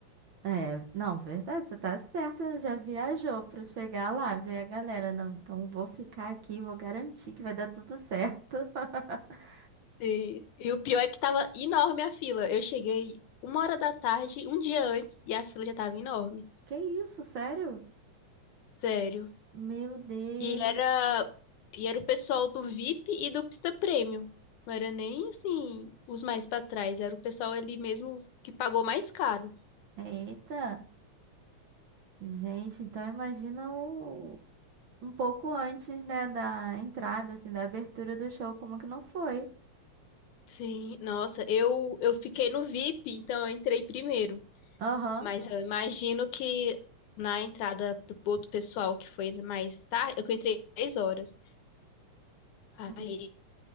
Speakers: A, on the right; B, on the left.
A: É, não, verdade, você tá certa, já viajou pra chegar lá, ver a galera. Não, então vou ficar aqui, vou garantir que vai dar tudo certo. <laughs>
B: E, e o pior é que tava enorme a fila. Eu cheguei uma hora da tarde, um dia antes, e a fila já tava enorme.
A: Que isso, sério?
B: Sério.
A: Meu Deus.
B: E era, e era o pessoal do VIP e do Pista Premium. Não era nem assim os mais pra trás, era o pessoal ali mesmo que pagou mais caro.
A: Eita. Gente, então imagina o... um pouco antes, né, da entrada, assim, da abertura do show, como que não foi?
B: Sim, nossa, eu eu fiquei no VIP, então eu entrei primeiro,
A: Aham.
B: mas eu imagino que na entrada do outro pessoal que foi mais tarde, eu que entrei 10 horas.
A: Hum.
B: Aí